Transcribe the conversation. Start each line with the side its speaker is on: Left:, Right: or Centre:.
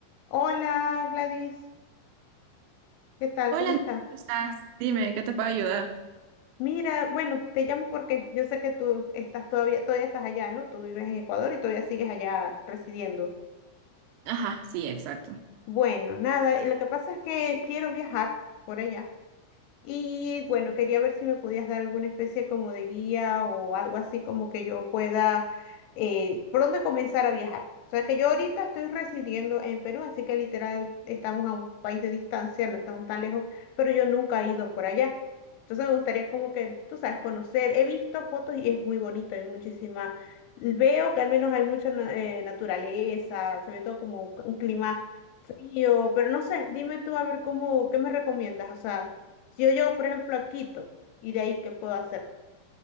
Left: Hola Gladys, ¿qué tal?
Right: Hola,
Left: ¿Cómo estás?
Right: ¿cómo estás? Dime, ¿en qué te puedo ayudar?
Left: Mira, bueno, te llamo porque yo sé que tú estás todavía, todavía estás allá, ¿no? Tú vives en Ecuador y todavía sigues allá residiendo.
Right: Ajá, sí, exacto.
Left: Bueno, nada, y lo que pasa es que quiero viajar por allá Y bueno, quería ver si me podías dar alguna especie como de guía o algo así como que yo pueda, eh, por dónde comenzar a viajar. O sea, que yo ahorita estoy residiendo en Perú, así que literal estamos a un país de distancia, no estamos tan lejos, pero yo nunca he ido por allá. Entonces me gustaría como que, tú sabes, conocer. He visto fotos y es muy bonito, hay muchísima. Veo que al menos hay mucha na- eh, naturaleza, se ve todo como un un clima frío, pero no sé, dime tú a ver cómo, ¿qué me recomiendas? O sea... Si yo llego, por ejemplo, a Quito, ¿y de ahí qué puedo hacer?